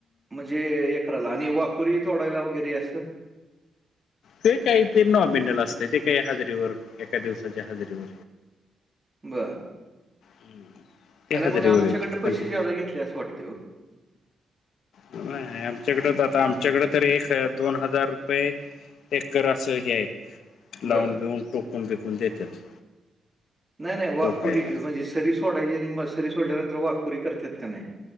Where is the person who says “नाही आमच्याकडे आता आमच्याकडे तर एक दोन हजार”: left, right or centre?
Left